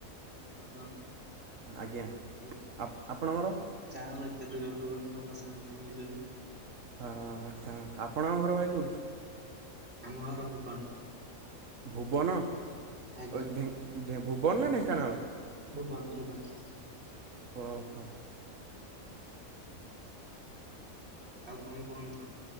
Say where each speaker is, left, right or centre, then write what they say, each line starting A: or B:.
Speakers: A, on the right; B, on the right.
A: କଟକ।
B: ଆଜ୍ଞା
A: ଭଲ
B: ଆପ ଆପଣଙ୍କର?
A: ଯାହା ହଉ ଏତେ ଦୂରରୁ ଗୋଟେ ଭଲ ସାଙ୍ଗଟେ ମିଳିଛନ୍ତି।
B: ହଁ ହଁ ଆପଣଙ୍କ ଘର ଭାଇ କୋଉଠି?
A: ଆମ ଘର ଭୁବନ୍।
B: ଭୁବନ ଅ
A: ଆଜ୍ଞା
B: ଢେ ଢେ ଭୁବନ ନା ଢେଙ୍କାନାଳ?
A: ଭୁବନ୍ ଭୁବନ୍।
B: ଓ ହୋ।
A: ଆଉ କଣ କୁହନ୍ତୁ।